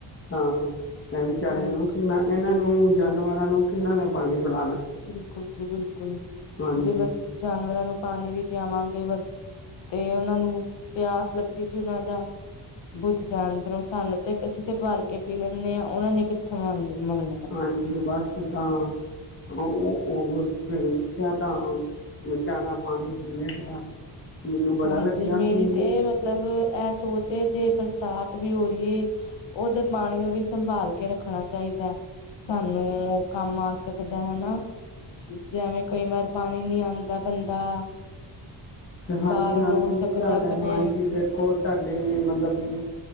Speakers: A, on the left; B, on the left.
A: ਹਾਂ ਵਿਚਾਰਿਆਂ
B: ਹਾਂਜੀ
A: ਨੂੰ ਕਿੰਨਾ ਇਹਨਾਂ ਨੂੰ ਜਾਨਵਰਾਂ ਨੂੰ ਕਿੰਨਾ ਨੇ ਪਾਣੀ ਪਿਲਾਉਣਾ
B: ਬਿਲਕੁਲ ਜੀ ਬਿਲਕੁਲ।
A: ਹਾਂਜੀ
B: ਜੇ ਜਾਨਵਰਾਂ ਨੂੰ ਪਾਣੀ ਵੀ ਪਿਆਵਾਂਗੇ ਵਰ ਤੇ ਉਹਨਾਂ ਨੂੰ ਪਿਆਸ ਲੱਗਦੀ ਜਿਨਾਂ ਦਾ ਬੁਝਦਾ ਅੰਦਰੋਂ ਸਾਨੂੰ ਤੇ ਅਸੀਂ ਤੇ ਭਰ ਕੇ ਪੀ ਲੈਂਨੇ ਹਾਂ ਉਹਨਾਂ ਨੇ ਕਿੱਥੋਂ ਮੰਗਣਾ ਏ।
A: ਹਾਂਜੀ ਬਸ ਤਾਂ ੳਹ ਫੇਰ ਵੇਖਿਆ ਤਾਂ ਵਿਚਾਰਾ ਪਾਣੀ ਪੀਂਦੇ ਪੇ ਆ ਮੈਨੂੰ ਬੜਾ
B: ਹਾਂਜੀ
A: ਲੱਗਿਆ
B: ਮੇਰੀ
A: ਕਿ
B: ਤੇ ਮਤਲਬ ਇਹ ਸੋਚ ਏ ਜੇ ਬਰਸਾਤ ਵੀ ਹੋ ਰਹੀ ਏ, ਉਹਦੇ ਪਾਣੀ ਨੂੰ ਵੀ ਸੰਭਾਲ ਕੇ ਰੱਖਣਾ ਚਾਹੀਦਾ ਹੈ। ਸਾਨੂੰ ਕੰਮ ਆ ਸਕਦਾ, ਹੈਨਾ। ਜੈਵੇਂ ਕਈ ਵਾਰ ਪਾਣੀ ਨੀ ਆਉਂਦਾ, ਬੰਦਾ
A: ਹਾਂਜੀ
B: ਬਾਹਰ
A: ਹਾਂਜੀ
B: ਰੋੜ ਸਕਦਾ
A: ਤੁਹਾਡਾ
B: ਆਪਣੇ
A: ਹਾਂਜੀ ਦੇਖੋ ਤੁਹਾਡੇ ਮਤਲਬ ਵੀ